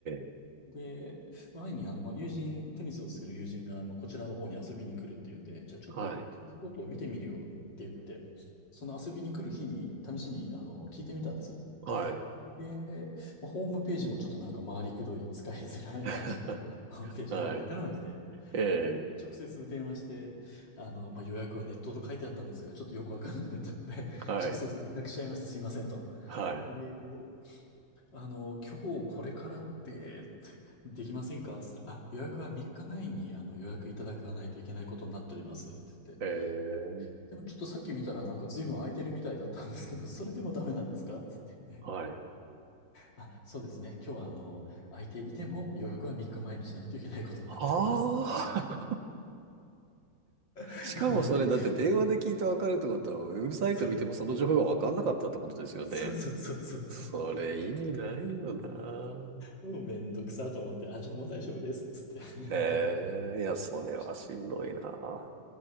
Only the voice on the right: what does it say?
え、
はい。
はい。
<laughs>
はい。
ええ、
はい。
はい。
ええ、
はい。
はあ。
しかもそれだって電話で聞いてわかるってことは、
ウェブサイト見てもその情報がわかんなかったってことですよね。
それ意味ないよな。
へえ、
いや、
それはしんどいな。